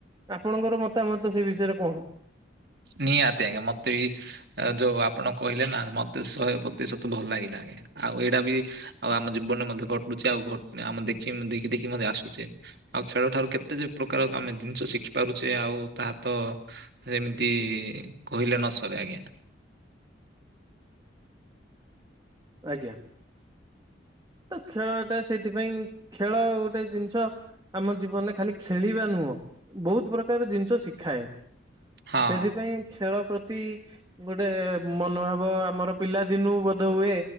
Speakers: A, on the right; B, on the right.
A: ଆପଣଙ୍କର ମତାମତ ସେ ବିଷୟରେ କଣ?
B: ନିହାତି ଆଜ୍ଞା। ମୋତେ ବି ଆ ଯୋଉ ଆପଣ କହିଲେ ନା ମତେ ଶହେ ପ୍ରତିଶତ ଭଲ ଲାଗେ। ଆଉ ଏଇଟା ବି ଆଉ ଆମ ଜୀବନରେ ମଧ୍ୟ ଘଟୁଚି ଆଉ ଘ ଆମ ଦେଖି ଦେଖି ଦେଖି ମଧ୍ୟ ଆସୁଚେ। ଆଉ ଖେଳ ଠାରୁ କେତେ ଯେ ପ୍ରକାର ଆମେ ଜିନିଷ ଶିଖି ପାରୁଚେ ଆଉ ତାହା ତ ସେ ତି କହିଲେ ନ ସରେ ଆଜ୍ଞା।
A: ଆଜ୍ଞା। ତ ଖେଳ ଟା ସେଇଥିପାଇଁ ଖେଳ ଗୋଟେ ଜିନିଷ ଆମ ଜୀବନରେ ଖାଲି ଖେଳିବା ନୁହଁ, ବହୁତ ପ୍ରକାର ଜିନିଷ ଶିଖାଏ।
B: ହଁ
A: ସେଥିପାଇଁ ଖେଳ ପ୍ରତି ଗୋଟେ ମନୋଭାବ ଆମର ପିଲା ଦିନୁ ବୋଧ ହୁଏ